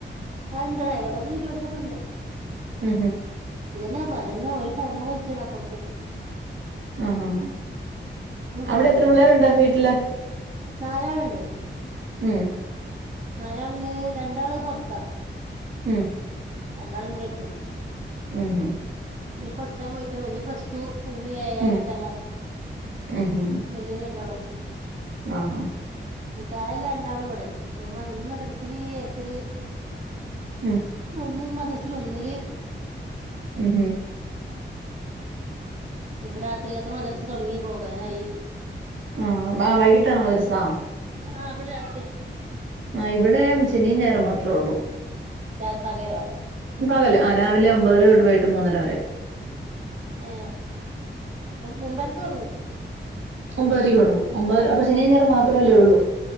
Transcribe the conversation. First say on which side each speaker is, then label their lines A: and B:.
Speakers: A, on the right (about 35°); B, on the right (about 80°).
A: ആ ഇണ്ട് അയലോക്കത്ത് ചുറ്റുവ ട്ടത്തൊക്കെണ്ട്
B: ഉം ഉം
A: ഇപ്പത്തന്നെ <unintelligible> ഒര് ഫോ പ്പം കൾച്ചിണ്ട് അപ്പർത്ത്
B: ആഹ് ആഹ് ആഹ് അവിടെ
A: ഫോൺമ്മലാ
B: എത്ര പിള്ളേരുണ്ട് വീട്ടില്
A: നാലാളുണ്ട്
B: ഉം
A: നാലാളില് രണ്ടാള് പൊറത്താ
B: ഉം
A: രണ്ടാൾ ൻ്റെട്ത്തും
B: ഉം
A: പഠിച്ചാ പോയിക്കാണ് ഒന്ന് പ്ലസ്ടു ഒന്ന് ഏഴാ
B: ഉം
A: എട്ടാം ക്ലാസ്സ്
B: ഉം ഉം ഉം
A: വല്ല് രണ്ടാളും
B: ആഹ്
A: താഴെല്ല രണ്ടാളും ഇവിടെ ഒന്ന് മദ്രസില് എട്ടില്
B: ഉം
A: ഒന്ന് മദർസില് ഒന്നില്
B: ഉം
A: ഇപ്പൊ രാത്രികത്തെ മദർസ തൊടങ്ങി പോകാനായി
B: ആഹ് ആ വൈകിട്ട് ആണോ മദർസാ
A: ആഹ് ഇവടെ രാത്രിയാ
B: ആ ഇവിടെ ശനിം ഞായറും മാത്രേ ഉള്ളൂ
A: ചത്താകരോ
B: പകല് രാവിലെ ഒമ്പതര തൊട്ട് വൈകിട്ട് മൂന്നര വരെ
A: ഏ മുമ്പർക്ക് തൊടങ്ങോ
B: ഒമ്പതരക്ക് തുടങ്ങും ഒമ്പത് അപ്പൊ ശനിം ഞായറും മാത്രമല്ലേ ഉള്ളൂ